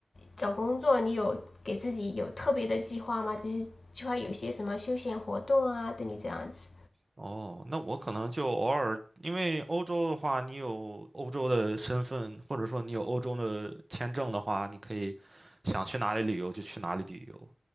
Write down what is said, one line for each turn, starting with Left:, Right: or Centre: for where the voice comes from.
Left: 找工作，你有给自己有特别的计划吗？就是计划有些什么休闲活动啊，对你这样子。
Right: 哦，那我可能就偶尔，因为欧洲的话，你有欧洲的身份，或者说你有欧洲的签证的话，你可以想去哪里旅游就去哪里旅游。